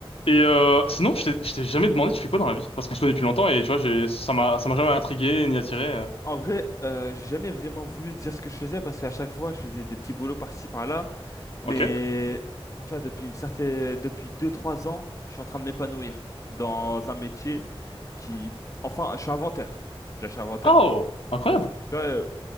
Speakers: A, on the left; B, on the left.
A: Et euh, sinon, je t'ai je t'ai jamais demandé, tu fais quoi dans la vie? Parce qu'on se connaît depuis longtemps et tu vois, j'ai, ça m'a, ça m'a jamais intrigué
B: Alors,
A: ni attiré. euh.
B: en vrai, euh, j'ai jamais vraiment voulu dire ce que je faisais parce qu'à chaque fois, je faisais des petits boulots par-ci par-là. Mais
A: Ok.
B: tu vois, depuis une certaine, depuis deux trois ans, je suis en train de m'épanouir dans un métier qui, enfin, je suis inventaire. Tu vois, je suis inventaire.
A: Oh,
B: en- Tu
A: incroyable.
B: vois, euh,